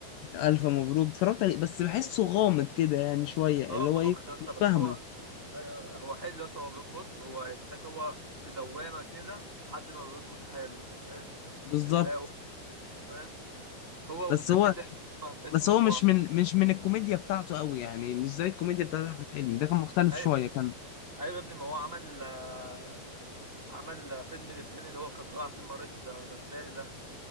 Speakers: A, on the left; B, on the right.
A: الف مبروك اتفرجت عليه بس بحسه غامض كده يعني شوية
B: اه
A: اللي هو ايه
B: جامد يا اسطى
A: مش
B: بس
A: فاهمه
B: هو ايوه هو حلو يا اسطى هو بص هو تحس هو في دوامه كده لحد ما بيظبط حاله انت فاهم
A: بالظبط
B: بتلاقي انت فاهم هو
A: بس
B: وفيلم
A: هو
B: تاني اسمه
A: بس هو مش من مش من الكوميديا بتاعته قوي يعني مش زي الكوميديا بتاعت احمد حلمي ده كان مختلف
B: ايوه
A: شويه كان
B: ايوه يا ابني ما هو عمل آه، عمل فيلم التاني اللي هو كان طالع فيه مريض آه، نفساني ده